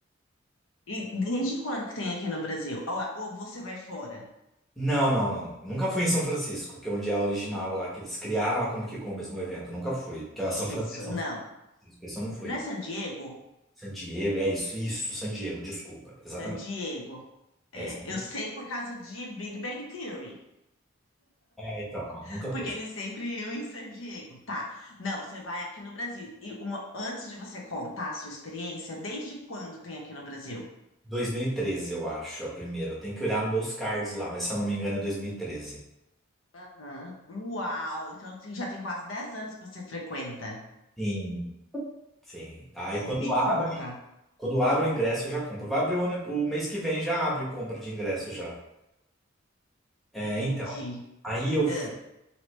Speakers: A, on the left; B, in the centre.
A: E desde quando que tem aqui no Brasil? Ou, ou você vai fora?
B: Não, não, não. Nunca fui em São Francisco, que é onde é a original lá, que eles criaram a Comic Con mesmo, o evento. Nunca fui. Que é a
A: Isso,
B: São Fran- São
A: não.
B: Francisco, esse eu não fui.
A: Não é San Diego?
B: San Diego, é isso, isso, San Diego, desculpa,
A: San
B: exatamente.
A: Diego. É,
B: É isso, eu não
A: eu
B: fui.
A: sei por causa de Big Bang Theory,
B: É, então, não,
A: <laughs>
B: nunca
A: porque
B: foi.
A: eles sempre iam em San Diego. Tá. Não, você vai aqui no Brasil. E uma- antes de você contar a sua experiência, desde quando tem aqui no Brasil?
B: 2013, eu acho, a primeira. Eu tenho que olhar nos meus cards lá, mas se eu não me engano é 2013.
A: Aham. Uau! Então assim, já tem quase 10 anos que você frequenta.
B: Sim, sim. Aí
A: Ai,
B: quando
A: me
B: abre,
A: conta.
B: quando abre o ingresso, eu já compro. Vai abrir o ano, o mês que vem, já abre compra de ingresso já. É,
A: Entendi.
B: então, aí eu fui,
A: Ah,